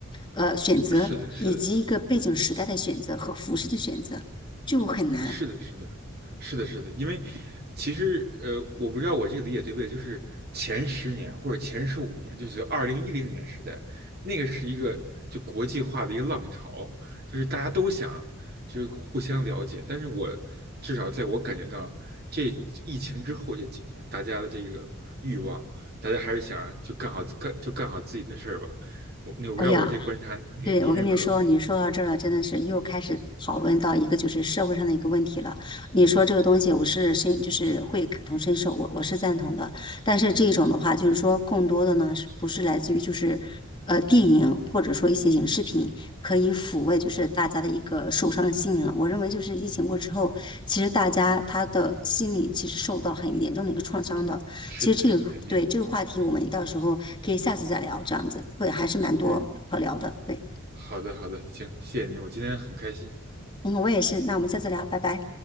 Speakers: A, on the left; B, on the right.
A: 呃选择，
B: 是的，是的。
A: 以及一个背景时代的选择和服饰的选择，就很难。
B: 是的，是的，是的，是的，因为其实呃，我不知道我这个理解对不对，就是前十年或者前十五年，就是二零一零年时代，那个是一个就国际化的一个浪潮，就是大家都想就是互相了解，但是我至少在我感觉到这疫情之后这几年，大家的这个欲望，大家还是想就干好干就干好自己的事儿吧。我我不知道我这观察你你认可吗？
A: 哎呀，对，我跟你说，你说到这儿了，真的是又开始讨论到一个就是社会上的一个问题了。你说这个东西，我是深，就是会感同身受，我我是赞同的。但是这种的话，就是说更多的呢，是不是来自于就是呃电影或者说一些影视品可以抚慰就是大家的一个受伤的心灵了。我认为就是疫情过之后，其实大家他的心理其实受到很严重的一个创伤的。
B: 是的，
A: 其实这个对这个话题，
B: 是的，肯定，
A: 我们到时候可以下次再聊，这样子会还是蛮多可聊的，
B: 嗯。
A: 对。
B: 好的，好的，行，谢谢您，我今天很开心。
A: 嗯，我也是。那我们下次聊，拜拜。